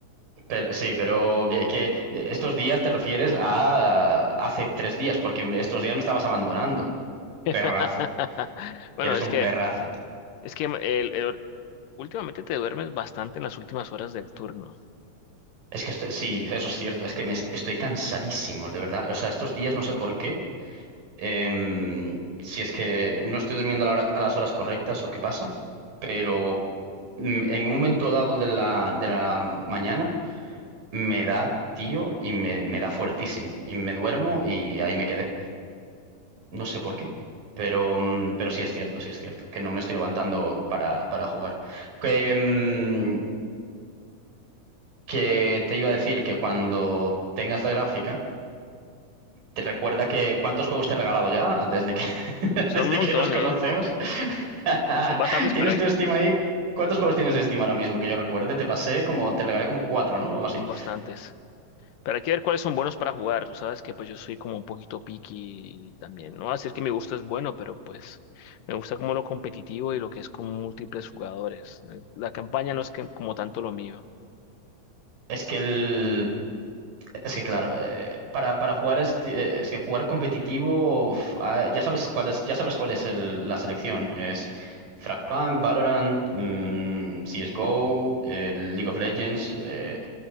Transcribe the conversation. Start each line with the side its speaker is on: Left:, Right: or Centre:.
Right: Pero sí, pero que, que estos días te refieres a hace tres días, porque estos días me estabas abandonando.
Left: <laughs>
Right: Perrazo.
Left: Bueno,
Right: Que eres
Left: es
Right: un
Left: que,
Right: perrazo.
Left: es que el- el- últimamente te duermes bastante en las últimas horas del turno.
Right: Es que estoy, sí, eso es cierto. Es que me est- estoy cansadísimo, de verdad. O sea, estos días no sé por qué. Em, si es que no estoy durmiendo a la hora- a las horas correctas o qué pasa, pero mm, en un momento dado de la, de la mañana. me da, tío, y me, me da fuertísimo. Y me duermo y ahí me quedé. No sé por qué, pero, mm, pero sí es cierto, sí es cierto, que no me estoy levantando para, para jugar. Que, mm, que te iba a decir que cuando tengas la gráfica, te recuerda que cuántos juegos te he regalado ya desde que, <laughs>
Left: Son
Right: desde
Left: un montón,
Right: que nos conocemos.
Left: ¿eh?
Right: <laughs>
Left: Son bastantes,
Right: ¿Tienes
Left: pero hay,
Right: tu
Left: que-
Right: Steam ahí? ¿Cuántos juegos tienes de Steam ahora mismo que yo recuerde? Te pasé como, te regalé como cuatro, ¿no? O así.
Left: son bastantes. Pero hay que ver cuáles son buenos para jugar. Tú sabes que pues yo soy como un poquito picky también. No voy a decir que mi gusto es bueno, pero pues me gusta como lo competitivo y lo que es con múltiples jugadores. Eh, La campaña no es que- como tanto lo mío.
Right: Es que el, Es que claro, eh, para, para jugar este, eh, es que jugar competitivo, uf, ah, ya sabes cuál es, ya sabes cuál es el- la selección. Es Fragpunk, Valorant, mm, CSGO, eh, League of Legends, eh,